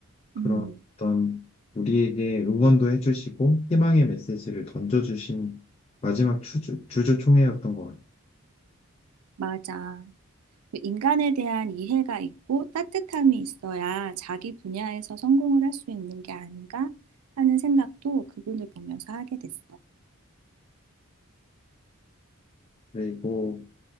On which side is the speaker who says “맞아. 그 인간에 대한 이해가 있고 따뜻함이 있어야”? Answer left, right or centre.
Right